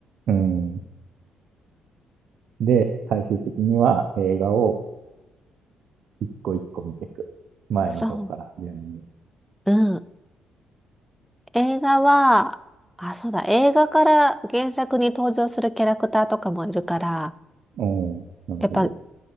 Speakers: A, on the right; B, in the centre.
A: うん。で、最終的には映画を一個一個見ていく。前の方から順に。
B: そう。うん。映画は、あ、そうだ。映画から原作に登場するキャラクターとかもいるから、
A: うん、なるほど。
B: やっぱ、